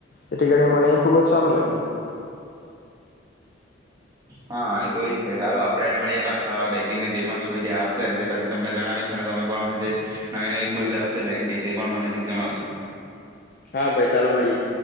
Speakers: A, on the left; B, on the right.
A: એથી કરીને મને એ ખુબ જ સારું લાગ્યું.
B: હા એ તો એજ છે સારું આપડે મળીએ પાછા બેંકિંગની જે પણ સુવિધા આવશે પછી તમને જણાવીશ તમે પણ જે નવી નવી સુવિધા આવશે બેંકની તે પણ મને નજીક જણાવશું.
A: હા ભાઈ ચાલો મળીએ.